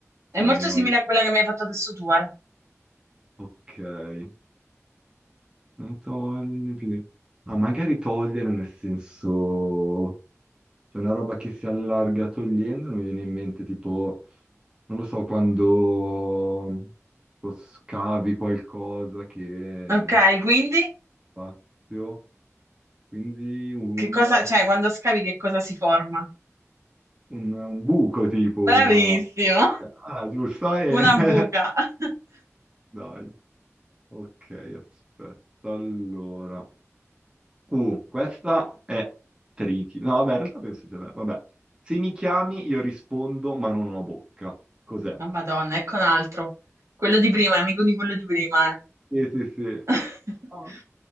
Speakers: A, on the right; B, on the right.
A: È
B: togli
A: molto
B: noi.
A: simile a quella che mi hai fatto adesso tu, eh.
B: Ok, Eh, togli più di- Ah, magari togliere nel senso... C'è una roba che si allarga togliendo, non mi viene in mente tipo, non lo so, quando tipo, scavi qualcosa che
A: Ok, quindi
B: c'è spazio, quindi un
A: che cosa, cioè quando scavi che cosa si forma?
B: un, un buco tipo,
A: Bravissimo,
B: una... Ah, giusto, e...
A: una buca.
B: <laughs>
A: <laughs>
B: Dai, ok, aspetta, allora... Uh, questa è tricky. No, vabbè, in realtà penso sia bella. Vabbè, se mi chiami io rispondo, ma non ho bocca. Cos'è?
A: Oh, Madonna, ecco un altro. Quello di prima, è amico di quello di prima. eh.
B: Sì, sì, sì.
A: <laughs>
B: No,